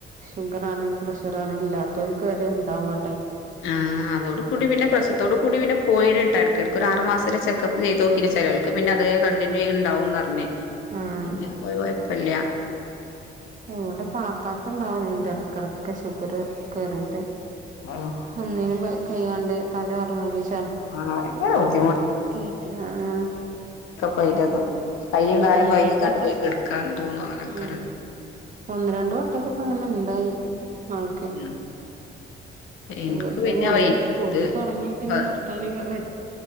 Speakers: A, on the right; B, on the left.
A: ഷുഗര്‍ ആണേലും പ്രഷര്‍ ആണേലും ഇല്ലാത്തോല്ക്ക് വരെ ഉണ്ടാവാ
B: ആ അതോട കൂടി പിന്നെ പ്രസവത്തോട് കൂടി പിന്നെ പോയി ഒരു ആറ് മാസത്തെ ചെക്കപ്പ് ചെയ്ത് നോക്കിന് ചിലവൾക്ക് പിന്നെ അത കണ്ടിന്യൂ ഇണ്ടാവുംന്ന് പറഞ്ഞ്
A: ആഹ്
B: പിന്നെ കുഴപ്പല്ല
A: വ്ടെ പാത്താക്ക് ഉണ്ടാവലണ്ട് എടക്കെട്ക്ക് ഷുഗർ കേറിട്ട്
B: ആഹ്
A: ഒന്നിനും കൈയ്യാണ്ടെ തല കറങ്ങക്കെ ചെ
B: <inaudible>
A: ആയിട്ട് ആഹ്
B: വൈത് കയ്യും കാലും
A: ഒന്ന്
B: കഴഞ്ഞിക്കാണ്ട്
A: രണ്ട് വട്ടം
B: പോയി പെടുക്കാന്ന് തോന്നും അനൊക്കരു
A: ഉം ഒന്ന് രണ്ട വട്ടൊക്കെ ഇപ്പ അങ്ങനെ ഉണ്ടായി ആൾക്ക്
B: ഉം
A: ഷുഗറിന്റെ
B: എനിക്ക് പിന്നെ
A: ഗൊളിക
B: വെയിറ്റ്
A: പൊടി
B: ഇത്
A: തുടങ്ങി പിന്നെ
B: പ
A: നിർത്താന പ